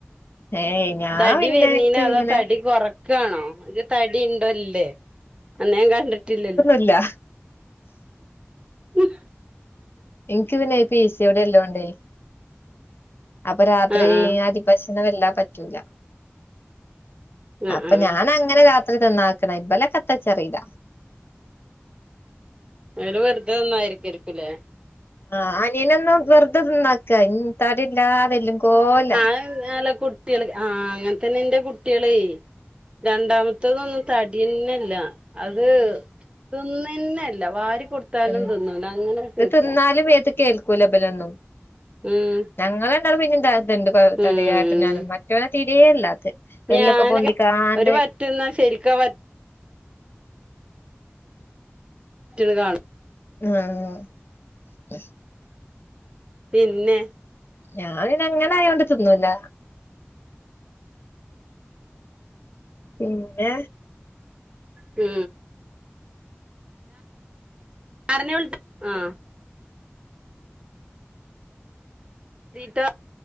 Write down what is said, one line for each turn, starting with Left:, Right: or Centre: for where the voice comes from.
Left: ഏയ് ഞാൻ
Right: തടി
Left: പിന്നെ
Right: വരുന്നീന
Left: ഇൻക്ക്
Right: അതോ
Left: ഇങ്ങനെ
Right: തടി കൊറക്കാണോ? തടി ഉണ്ടോ ഇല്ലേ അന്നെ ഞാൻ കണ്ടിട്ടില്ലല്ലോ
Left: ഇല്ല
Right: ഇഹ്
Left: എനിക്ക് പിന്നെ ഇ പി സിയോടി എല്ലോണ്ടെയ്നി. അപ്പൊ രാത്രി
Right: ആഹ് ആഹ്
Left: അതി ഭക്ഷണം വല്ലാതെ പറ്റൂല
Right: ആഹ്
Left: അപ്പൊ
Right: ആഹ്
Left: ഞാനങ്ങനെ രാ ത്രി തിന്നാക്കണ് ഇബലൊക്കെ എന്താച്ചറീല.
Right: ഓല് വെറുതെ തിന്നായിരിക്കായിരിക്കുംലേ
Left: ആഹ് അനിയനൊന്നും വെറുതെ തിന്നാക്ക ഇ തടില്ലാതെ എല്ലും കോല
Right: നല്ല കു കുട്ടികൾ ആഹ് അങ്ങനെ തന്നെ എന്റെ കുട്ടികളെ രണ്ടാമത്തതൊന്നും തടിയെന്നല്ല അത് തിന്നന്നല്ല വാരി കൊടുത്താലും
Left: ഉം
Right: തിന്നൂല അങ്ങനെ ഒരു സൈസാ
Left: ഇത് തിന്നാലും മേത്ത് കേൾക്കൂല ഇബലൊന്നും
Right: ഉം
Left: ഞങ്ങള് രണ്ടാളും പിന്നിം ത ണ്ട് തടിയായിട്ട്
Right: ഉം
Left: ഞാനും മറ്റവന് തിരേയില്ലാത്.
Right: ഞാനൊക്കെ
Left: എല്ലൊക്ക പൊന്തിക്കാണ്ട്
Right: <unintelligible> <unintelligible>
Left: ആഹ്
Right: പിന്നെ
Left: ഞാൻ പിന്നെ അങ്ങനെ ആയോണ്ട് തിന്നൂല്ല പിന്നെ
Right: മ് <unintelligible> ആഹ് രീട്ടോ,